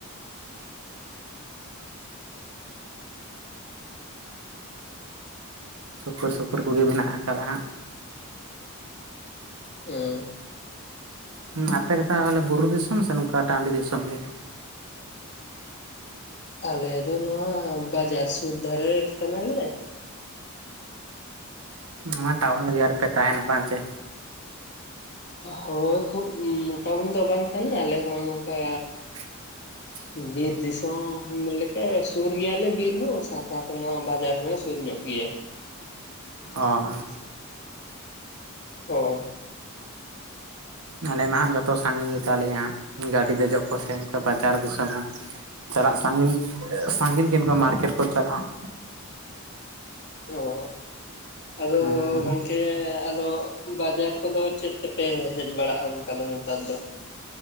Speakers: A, on the right; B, on the left.
A: ᱥᱩᱯᱩᱨ ᱥᱩᱯᱩᱨ ᱠᱚᱜᱮ ᱢᱮᱱᱟᱜ ᱟᱠᱟᱫᱟ ᱦᱟᱸᱜ᱾
B: ᱚᱸ
A: ᱦᱩᱸ ᱟᱯᱮ ᱫᱚ ᱛᱟᱦᱚᱞᱮ ᱵᱩᱨᱩ ᱫᱤᱥᱚᱢ ᱥᱮ ᱱᱚᱝᱠᱟ ᱴᱟᱺᱰᱤ ᱫᱤᱥᱚᱢ ᱜᱮ?
B: ᱟᱞᱮ ᱫᱚ ᱱᱚᱣᱟ ᱵᱟᱡᱟᱨ ᱥᱩᱨ ᱫᱷᱟᱨᱮ ᱠᱟᱱᱟᱞᱮ᱾
A: ᱚᱱᱟ ᱴᱟᱣᱩᱱ ᱮᱨᱤᱭᱟ ᱨᱮᱯᱮ ᱛᱟᱦᱮᱸᱱᱟ ᱵᱟᱝ ᱪᱮ?
B: ᱦᱳᱭ ᱠᱷᱩᱵ ᱩᱸ ᱴᱟᱹᱣᱩᱱ ᱫᱚ ᱵᱟᱝ ᱠᱟᱱᱟ ᱟᱞᱮ ᱦᱚᱸ ᱱᱚᱝᱠᱟ
A: <inaudible>
B: ᱵᱤᱨ ᱫᱤᱥᱚᱢ ᱞᱮᱠᱟᱼᱟ ᱥᱩᱨ ᱜᱮᱭᱟ ᱞᱮ ᱵᱤᱨ ᱦᱚᱸ ᱥᱟᱶ ᱥᱟᱶᱛᱮ ᱛᱮᱢᱟ ᱵᱟᱡᱟᱨ ᱦᱚᱸᱞᱮ ᱥᱩᱨ ᱧᱚᱜ ᱜᱮᱭᱟ᱾
A: ᱚ ᱦᱚ᱾
B: ᱦᱳᱭ,
A: ᱟᱞᱮ ᱢᱟ ᱦᱟᱸᱜ ᱡᱚᱛᱚ ᱥᱟᱺᱜᱤᱧ ᱜᱮ ᱛᱟᱞᱮᱭᱟ ᱦᱟᱸᱜ, ᱜᱟᱹᱰᱤ ᱫᱮᱡᱚᱜ ᱠᱚ ᱥᱮᱸ ᱵᱟᱡᱟᱨ ᱫᱤᱥᱚᱢ ᱦᱚᱸ ᱪᱟᱞᱟᱜ ᱥᱟᱺᱜᱤᱱ ᱮᱸ ᱥᱟᱺᱜᱤᱱ ᱠᱤᱱᱠᱩ ᱢᱟᱨᱠᱮᱴ ᱠᱚ ᱪᱟᱞᱟᱜ ᱦᱚᱸ
B: ᱚᱦᱚ, ᱟᱫᱚ
A: ᱦᱩᱸ
B: ᱜᱚᱝᱠᱮ ᱟᱫᱚ ᱵᱟᱡᱟᱨ ᱠᱚᱫᱚ ᱪᱮᱫ ᱛᱮᱯᱮ ᱦᱮᱡ ᱵᱟᱲᱟᱜ-ᱟ ᱚᱸᱠᱟ ᱫᱚ ᱱᱮᱛᱟᱨ ᱫᱚ?